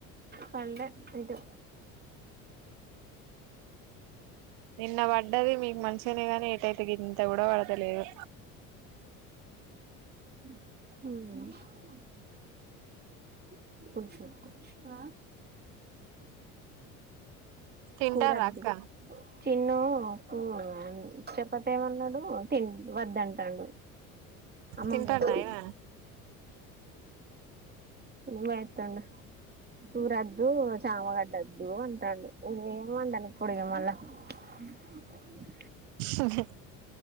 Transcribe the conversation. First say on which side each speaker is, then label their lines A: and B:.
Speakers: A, on the right; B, on the right.
A: పళ్ళే ఇటు
B: నిన్న పడ్డది మీకు మంచిగానే గానీ ఏటైతే గింత కూడా పడతలేదు
A: అహ పురుషు ఆ
B: తింటారా
A: కూరద్ది
B: అక్క
A: చిన్ను ఆకు చప్పతే ఏమన్నాడు తి వద్దంటాడు అమ్మమ్మ
B: తింటాండ
A: ఇంటికి
B: ఆయన
A: నువయతా న కురద్దు చామగడ్డద్దు అంటండు ఇంగేమ్ వండను ఇప్పుడుగే మళ్ళా మ్ బాలేదు
B: హ్హ్హ్